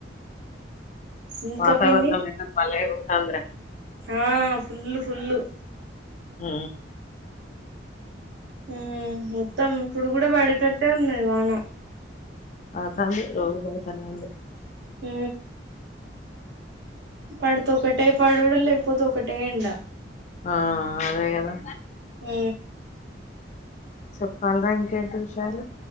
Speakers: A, on the right (about 65°); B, on the left (about 40°).
A: ఇంకా
B: వాతావరణమైన
A: పిన్ని
B: భలేగా ఉంటంది రా
A: ఆ ఫుల్ ఫుల్లు
B: ఉ
A: ఉ మొత్తం ఇప్పుడు కూడా పడేటట్టే ఉన్నది వాన
B: పడతంది రోజు కొడతనే ఉంది,
A: ఊ పడితే ఒకటే పడుడు లేకపోతే ఒకటే ఎండ
B: ఆ అదే కదా
A: ఉ
B: చెప్పలరా ఇంకేంటి విషయాలు